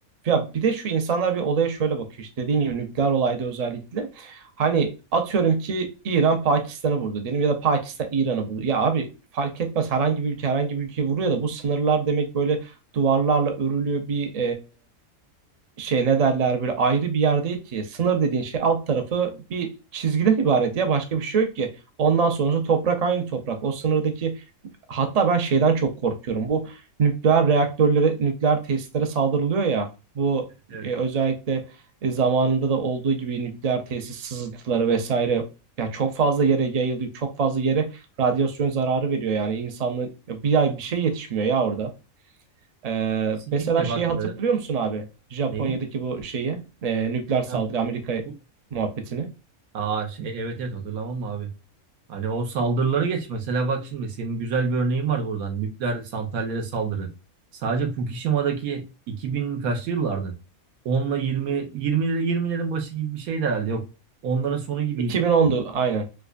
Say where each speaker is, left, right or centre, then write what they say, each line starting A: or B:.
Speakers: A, on the right; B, on the right.
A: Ya bir de şu insanlar bir olaya şöyle bakıyor işte dediğin gibi nükleer olayda özellikle. Hani atıyorum ki İran Pakistan'ı vurdu diyelim ya da Pakistan İran'ı vurdu. Ya abi fark etmez herhangi bir ülke herhangi bir ülkeye vuruyor da bu sınırlar demek böyle duvarlarla örülü bir şey ne derler böyle ayrı bir yer değil ki. Sınır dediğin şey alt tarafı bir çizgiden ibaret ya başka bir şey yok ki. Ondan sonrası toprak aynı toprak. O sınırdaki hatta ben şeyden çok korkuyorum. Bu nükleer reaktörlere, nükleer tesislere saldırılıyor ya. Bu
B: Evet.
A: e, özellikle e, zamanında da olduğu gibi nükleer tesis sızıntıları vesaire ya çok fazla yere yayılıyor. Çok fazla yere radyasyon zararı veriyor yani insanlığın ya bir ay bir şey yetişmiyor ya orada. Ee,
B: Kesinlikle
A: mesela şeyi
B: bak
A: hatırlıyor
B: e,
A: musun abi? Japonya'daki
B: neyi?
A: bu şeyi, e, nükleer saldırı
B: Ha,
A: Amerika
B: bu-
A: muhabbetini.
B: Aa şey evet evet hatırlamam mı abi. Hani o saldırıları geç mesela bak şimdi senin güzel bir örneğin var buradan. Nükleer santrallere saldırı. Sadece Fukushima'daki 2000 kaçlı yıllardı? onla 20 20 20'lerin başı gibi bir şeydi herhalde. Yok. Onların sonu gibiydi.
A: 2010'du aynen.